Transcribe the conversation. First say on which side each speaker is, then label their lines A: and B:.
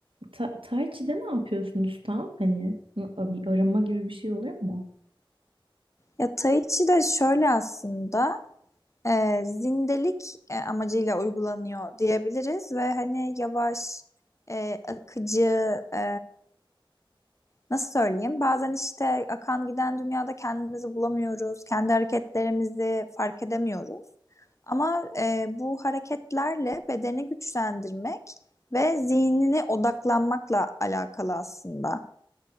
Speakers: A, on the right; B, on the left.
A: Ta Tai Chi'de ne yapıyorsunuz tam? Hani n- bir arınma gibi bir şey oluyor mu?
B: Ya Tai Chi de şöyle aslında e, zindelik e, amacıyla uygulanıyor diyebiliriz ve hani yavaş, e, akıcı, e, nasıl söyleyeyim? Bazen işte akan giden dünyada kendimizi bulamıyoruz, kendi hareketlerimizi fark edemiyoruz. Ama e, bu hareketlerle bedeni güçlendirmek ve zihnine odaklanmakla alakalı aslında.